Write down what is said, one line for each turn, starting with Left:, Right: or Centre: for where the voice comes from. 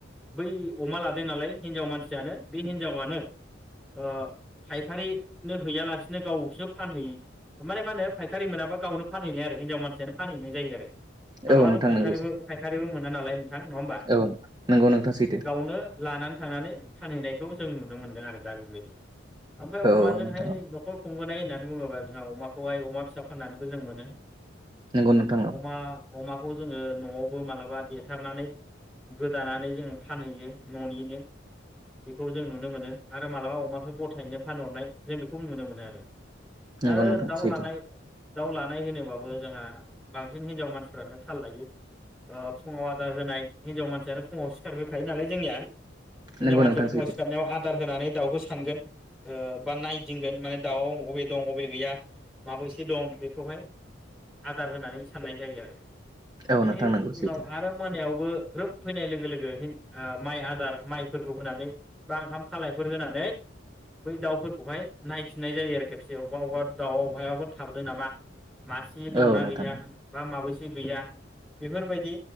Centre: बै अमा लादों नालाय हिनजाव मानसियानो बे हिनजावानो ओ फायखारिनो हैयालासिनो गावसो फानहैयो माने मा होनो फायखारि मोनाबा गावनो फानहैनाय आरो हिनजाव मानसियानो फानहैनाय जायो आरो मालाबाथ'
Right: औ नोंथां
Centre: फायखारिबो
Right: नंगौ
Centre: फायारिबो मोना नालाय नोंथां नङा होमबा
Right: औ नंगौ नोंथाङा सैथो
Centre: गावनो लानानै थांनानै फानहैनायखौ जों नुनो मोनदों आरो दा बेबायदि ओमफ्राय
Right: औ
Centre: अमाजोंहाय
Right: औ नोंथां औ
Centre: न'खर सुंबोनाय होननानै बुङोबा जोंहा अमाखौहाय अमा फिसा फाननानैबो जों मोनो
Right: नंगौ नोंथां
Centre: ओ
Right: औ
Centre: अमा अमा खौ जोङो न'आवबो मालाबा देथारनानै गोदानानै जों फानहैयो न'निनो बेखौ जों नुनो मोनो आरो मालाबा अमाखौ गथायैनो फानहरनाय जों बेखौ नुनो मोनो आरो
Right: नंगौ
Centre: आरो
Right: नोंथां
Centre: दाउ
Right: सैथो
Centre: लानाय दाउ लानाय होनोबाबो जोंहा बांसिन हिनजाव मानसिफ्रानो थाल लायो ओ फुङाव आदार होनाय हिनजाव मानसियानो फुङाव सिखारग्रोखायो नालाय जोंनिया । हिनजाव
Right: नंगौ
Centre: मानसिया
Right: नोंथां
Centre: फुङाव
Right: सैथो
Centre: सिखारनायाव आदार होनानै दाउखौ सानगोन ओ बा नायदिंगोन माने दाउआव अबे दं अबे गैया माबैसे दं बेखौहाय आदार होनानै साननाय जायो आरो ।
Right: औ
Centre: बेनि
Right: नोंथां नंगौ
Centre: उनाव
Right: सैथो
Centre: आरो मोनायाव बो ग्रोब फैनाय लोगो लोगो हिन ओ माइ आदार माइफोरखौ होनानै बा ओंखाम खालायफोर होनानै बै दाउफोरखौहाय नायफिननाय जायो आरो खेबसे अबेबा अबेबा दाउ अबेहायबाफोर थाबोदों नामा । मासे दंना
Right: औ नोंथां
Centre: गैया बा माबैसे दं बेफोरबायदि